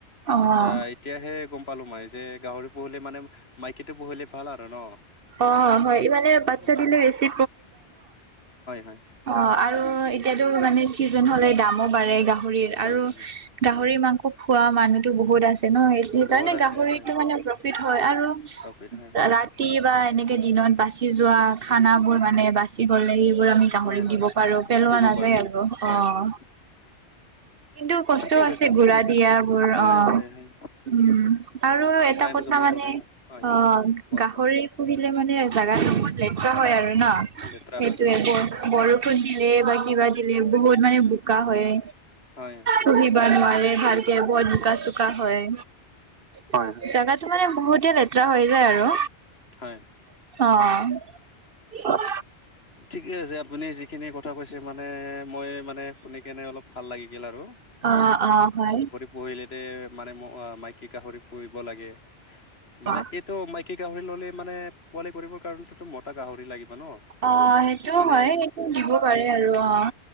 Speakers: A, on the right (about 60°); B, on the left (about 60°).
A: অ'।
B: আচ্ছা' এতিয়াহে গম পালো মই যে গাহৰি পুহিলে মানে মাইকীটো পুহিলি ভাল আৰু ন'?
A: অ', হয় মানে
B: হয়
A: বাচ্ছা
B: হয়
A: দিলে বেছি
B: হয়।
A: অঁ' আৰু এতিয়াতো মানে চিজন হ'লে দামো বাঢ়ে গাহৰিৰ
B: হয়,
A: আৰু
B: হয়।
A: গাহৰি মাংস খোৱা মানুহতো বহুত আছে ন' সে সেইকাৰণে
B: বহুত আছে
A: গাহৰিটো
B: হয়, হয়,
A: মানে প্ৰফিট হয় আৰু
B: প্ৰফিট হয়, হয়,
A: ৰাতি বা এনেকে দিনত বাচি যোৱা খানা বোৰ মানে বাচি গ'লে সেইবোৰ আমি গাহৰিক
B: হয়, হয়,
A: দিব পাৰো, পেলোৱা
B: দিব
A: নাযায়
B: পাৰো।
A: আৰু
B: হয়,
A: অঁ'।
B: হয়,
A: কিন্তু কষ্টও
B: ঠিকে কৈছে
A: আছে
B: আপুনি।
A: গুৰা দিয়াবোৰ
B: হয়,
A: অঁ।
B: হয়, হয়,
A: উম, আৰু
B: পাৰ্ট
A: এটা
B: টাইম
A: কথা
B: জবৰ
A: মানে
B: দৰে হয়,
A: অঁ,
B: কোৱা,
A: গাহৰি
B: কোৱা
A: পুহিলেমানে জাগাটো বহুত লেতেৰা হয় আৰু ন'?
B: লেতেৰা
A: সেইটোৱে
B: হয়, হয়।
A: বৰ বৰষুণ দিলে বা কিবা দিলে বহুত মানে বোকা হয়।
B: হয়,
A: পুহিব নোৱাৰে ভালকে বহুত বোকা-চোকা হয়। হয়, জাগাটো মানে বহুতে লেতেৰা হৈ যায় আৰু।
B: হয়।
A: অঁ।
B: ঠিকে আছে। আপুনি যিখিনি কথা কৈছে মানে, মই মানে, শুনি কেনে অলপ ভাল লাগি গেল আৰু।
A: অঁ, অঁ হয়।
B: পুহিলেতে মানে ম মাইকী গাহৰি পুহিব লাগে। মানে,
A: অ
B: এইটো মাইকী গাহৰি ল'লে মানে পোৱালি কৰিবৰ কৰণেটোতো মতা গাহৰি লাগিব ন'?
A: অঁ, সেইটো
B: মানে
A: হয়। সেইটো দিব পাৰে আৰু অঁ।